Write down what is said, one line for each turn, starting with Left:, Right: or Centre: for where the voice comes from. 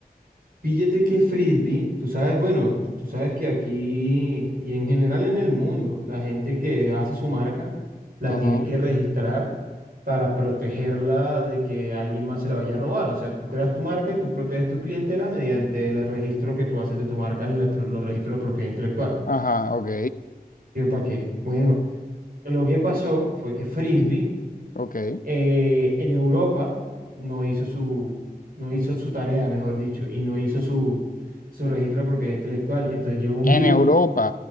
Right: píllate que frisbee, tú sabes, bueno, tú sabes que aquí y en general en el mundo, la gente que hace su marca la
Left: Ajá,
Right: tiene que registrar para protegerla de que alguien más se la vaya a robar. O sea, tú creas tu marca y tú proteges tu clientela mediante el registro que tú haces de tu marca en la- los registros de propiedad intelectual.
Left: ajá, ok,
Right: ¿Yo para qué? Bueno, lo que pasó fue que frisbee.
Left: ok.
Right: eh, en Europa no hizo su, no hizo su tarea, mejor dicho, y no hizo su, su registro de propiedad intelectual. Entonces llegó un vivo,
Left: En Europa,